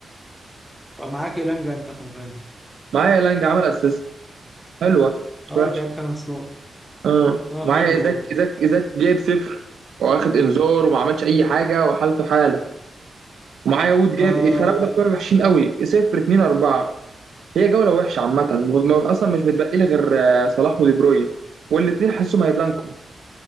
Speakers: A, in the centre; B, on the right.
A: ومعاك إيلانجا أنت في الغالب
B: معايا لانج عمل اسيست حلوه مش
A: أه
B: وحش
A: جايب خمس نقط
B: اه
A: أه
B: معايا
A: حلو
B: ايزاك
A: برضه
B: ايزاك ايزاك جايب صفر واخد انذار وما عملش اي حاجه وحالته حاله ومعايا وود جايب
A: آه...
B: الفراوده بتوعي وحشين قوي صفر 2 4 هي جولة وحشة عامة وما- أصلا مش متبقي لي غير آه، صلاح ودي بروين والاتنين حاسهم هيبلانكو